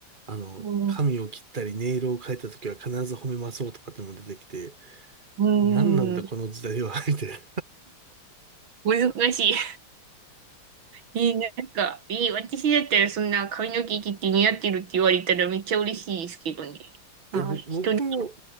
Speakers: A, on the right; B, on the right.
A: あの、
B: うん。
A: 髪を切ったり、ネイルを変えた時は必ず褒めましょうとかっていうのも出てきて、
B: うん。
A: 何なんだこの時代は、<laughs> みたいな。い
B: 難しい。いい、なんか、いい、私だったらそんな髪の毛切って似合ってるって言われたらめっちゃ嬉しいですけどね。
A: や、
B: あー、
A: ぼ僕も
B: 人に、